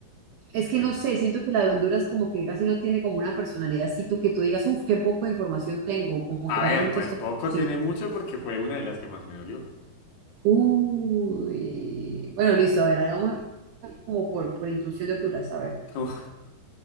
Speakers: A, on the right; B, on the left.
A: es que
B: pero...
A: no sé, siento que la de Honduras como que casi no tiene como una personalidad así tú que tú digas, uff, qué poco de información tengo, como
B: A
A: que pasaron
B: ver,
A: muchas
B: pues
A: cosas.
B: poco
A: Sí.
B: tiene mucho porque fue una de las que más me dolió.
A: Uy, bueno, listo, a ver, hagamos como por, por inclusión de alturas, a ver.
B: <laughs>